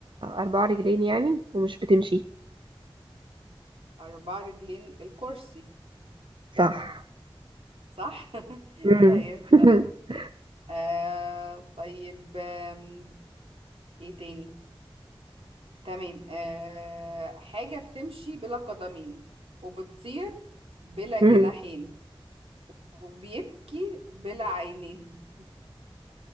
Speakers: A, on the right; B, on the right.
A: أربع رجلين يعني ومش بتمشي
B: أربع رجلين الكرسي
A: صح
B: صح <laughs>
A: م- <laughs>
B: طيب آه طيب آم، ايه تاني تمام آه حاجة بتمشي بلا قدمين وبتطير بلا
A: م-
B: جناحين وبيبكي بلا عينين